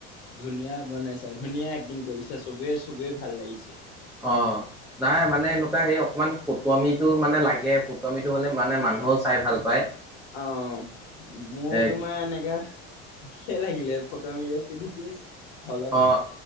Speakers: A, on the left; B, in the centre.
A: ধুনীয়া বনাইছা, ধুনীয়া এক্টিং কৰিছা, চবে, চবেই ভাল লাগিছে।
B: অ' নাই মানে এনেকুৱা হেই অক অকমান পুটমিটো মানে লাগে, পুটমিটো হ'লে মানে মানুহও চাই ভাল পায়
A: অ', মোৰ
B: সেই
A: তোমাৰ এনেকা ভালেই লাগিলে। ফটোৱামি আছিল নে কি আছিল হলত,
B: অ',